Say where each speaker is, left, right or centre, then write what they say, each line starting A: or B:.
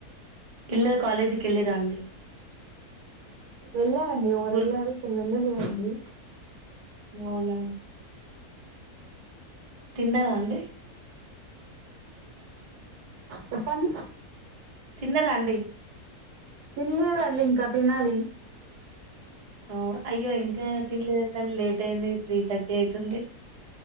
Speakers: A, on the right; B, on the right.
A: పిల్లలు కాలేజీ కెల్లిరండి?
B: వెల్లారండి
A: స్కూల్
B: ఒవరు వెల్లారు ఇప్పుడు వెల్లలేరండి.
A: అవునా తిన్నరా అండి?
B: చెప్పండి
A: తిన్నర అండి?
B: తినలేదండి ఇంక తినాలి.
A: ఆ అయ్యో ఇంక తినలేదెందండి లేట్ అయింది త్రీ థర్టీ అయితుంది.